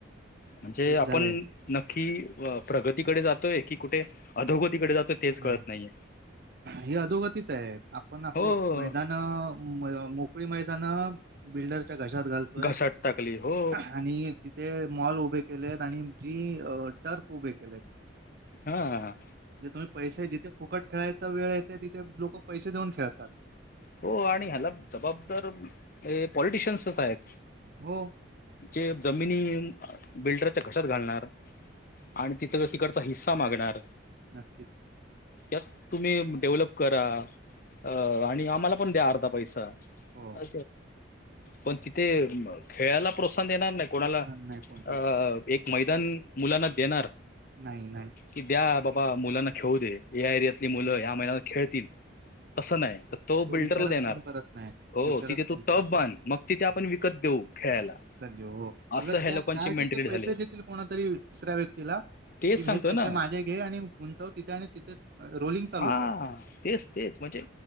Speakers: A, on the left; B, on the right.
A: म्हणजे
B: तेच
A: आपण.
B: झालंय
A: नक्की प्रगतीकडे जातोय की कुठे अधोगतीकडे जातोय. तेच कळत
B: नाही
A: नाहीये
B: हे अधोगतीच आहे आपण आपले
A: हो
B: मैदान. मोकळी मैदाानं बिल्डरच्या घशात घालतोय
A: घसाट टाकली हो
B: आणि. ते मॉल उभे केले आहेत आणि जी टर्फ उभे केलेत.
A: हा हा.
B: म्हणजे तुम्ही पैसे जिथे फुकट खेळायचा वेळेते तिथे लोक पैसे देऊन खेळतात.
A: हो आणि ह्याला जबाबदार पॉलिटिशयन्सच आहेत.
B: हो.
A: ज जमिनी बिल्डरच्या कशात घालणार. आणि तिथं तिकडचा हिस्सा मागणार.
B: नक्कीच.
A: त्यात तुम्ही डेव्हलप करा अ आणि आम्हाला पण द्या अर्धा पैसा.
B: हो
A: अ पण तिथे खेळायला प्रोत्साहन देणार नाही. कोणाला
B: प्रोत्साहन नाही कोण देत
A: अ एक मैदान मुलांना देणार.
B: नाही नाही.
A: कि द्या बाबा मुलांना खेळू दे या एरियातली मुलं या्या महिलांना खेळतील. तं नाही. तो बिल्डरला
B: विचारच
A: देणार
B: कोण करत नाही तो
A: हो
B: विचारच
A: तिथे तू
B: कोण
A: टब
B: करत
A: बध
B: नाही
A: मग तिथे आपण विकत देऊ. खेळायला
B: ज हो
A: असं
B: उलट
A: ह्या
B: त्या
A: लोकांची
B: त्या
A: मेंटेलिटी
B: तथ पैसे
A: झाली
B: देतील कोणातरी तिसऱ्या व्यक्तीला.
A: तेच
B: कि
A: सांगतो
B: हे पैसे
A: ना
B: माझे घे आणि गुंतव तिथे आणि तिथे रोलिंग चालू
A: हा
B: कर.
A: तेच तेच म्हणजे